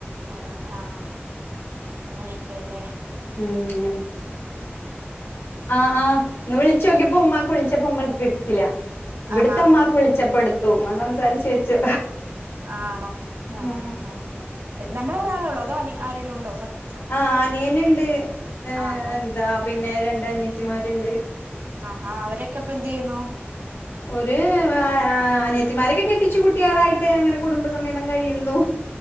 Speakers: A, on the right; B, on the left.
A: ആഹ് ഹ് ഹ് അങ്ങനെയൊക്കെല്ലേ
B: മ്മ് അങ്ങനെ ആഹ് ആഹ് ഇന്ന് വിളിച്ച് നോക്കിപ്പോ ഉമ്മാക്ക് വിളിച്ചപ്പോ ഉമ്മ എടുത്തില്ല ഇവിടുത്തെ
A: ആഹാ
B: ഉമ്മാക്ക് വിളിച്ചപ്പോ എടുത്ത് ഉമ്മ സംസാരിച്ചു വെച്ചു
A: ആണോ ആഹ്
B: ഉം
A: ആഹ് ഹ നമ്മള് ഒരാളെ ഉള്ളോ അതോ അനിയൻ ആരെങ്കിലും ഉണ്ടോ കസിൻസ്
B: ആഹ് അനിയന് ഉണ്ട് ഏഹ്
A: ആണോ
B: എന്താ പിന്നെ രണ്ട് അനിയത്തി അനിത്തിമാരുണ്ട്
A: ആഹ് ഹാ അവരൊക്കെ അപ്പൊ എന്ത് ചെയ്യുന്നു
B: ഓര് അഹ് അ അനിയത്തിമാരൊക്കെ കെട്ടി കെട്ടിച്ചു കുട്ടികളായിട്ട് അങ്ങനെ കുടുംബസമേതം കഴിയുന്നു